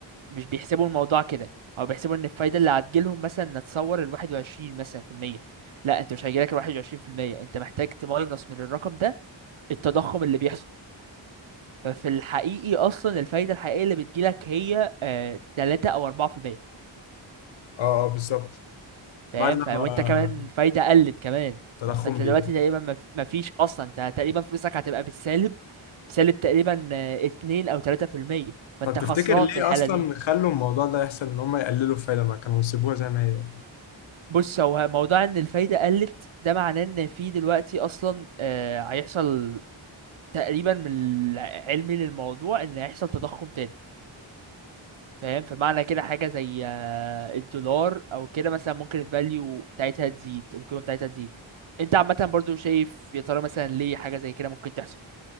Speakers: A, on the right; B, on the left.
A: مش بيحسبوا الموضوع كده او بيحسبوا ان الفايدة اللي هتجيلهم مثلا نتصور الواحد وعشرين مثلا في المية لا انت مش هيجيلك الواحد وعشرين في المية انت محتاج تماينس من الرقم ده التضخم اللي بيحصل ففي الحقيقي اصلا الفايدة الحقيقية اللي بتجيلك هي آه تلاتة او اربعة في المية
B: اه آه، بالظبط
A: فاهم
B: بعد لما
A: ف وانت كمان فايدة قلت كمان
B: التضخم
A: فانت
B: بي
A: دلوقتي تقريبا مف- مفيش اصلا انت تقريبا فلوسك هتبقى بالسالب بسالب تقريبا آه، اتنين او تلاتة في المية فانت
B: طب تفتكر
A: خسران
B: ليه
A: في الحالة
B: اصلا
A: دي
B: خلوا الموضوع ده يحصل ان هم يقللوا الفايده ما كانوا يسيبوها زي ما هي
A: بص هو موضوع ان الفايدة قلت ده معناه ان في دلوقتي اصلا آه هيحصل تقريبا من علمي للموضوع ان هيحصل تضخم تاني فاهم فمعنى كده حاجة زي آه، الدولار او كده مثلا ممكن الفاليو بتاعتها تزيد القيمة بتاعتها تزيد انت عامة برضو شايف يا ترى مثلا ليه حاجة زي كده ممكن تحصل